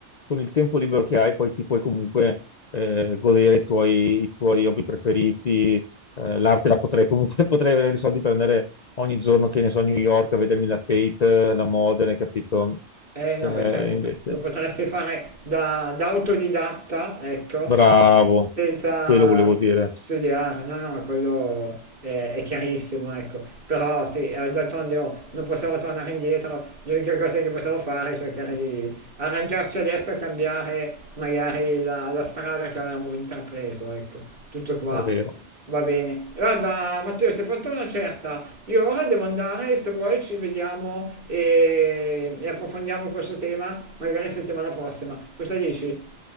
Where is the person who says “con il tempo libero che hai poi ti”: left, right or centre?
Left